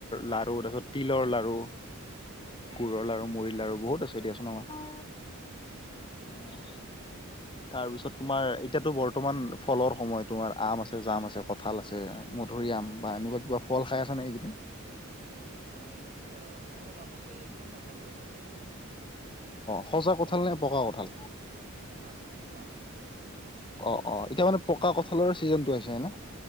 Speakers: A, on the left; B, on the right.
A: লাড়ু তাৰপিছত তিলৰ লড়ু
B: হয় হয়
A: গুড়ৰ লাৰু মুড়িৰ লাৰু বহুত আছে দিয়াচোন আমাৰ
B: অঁ
A: অঁ তাৰপিছত তোমাৰ এতিয়াতো বৰ্তমান ফলৰ সময় তোমাৰ আম আছে জাম আছে কঁঠাল আছে মধুৰিআম
B: হয়
A: বা
B: হয়
A: এনেকুৱা কিবা ফল খাই আছা নে কি
B: মই অ অলপ আগতে কঁঠাল খালো অলপ পকা
A: সচা
B: কঁঠাল
A: কঠাল নে পকা কঠাল
B: পকা পকা
A: অ অ এতিয়া মানে পকা কঁঠালৰ ছিজন টো হৈছে ন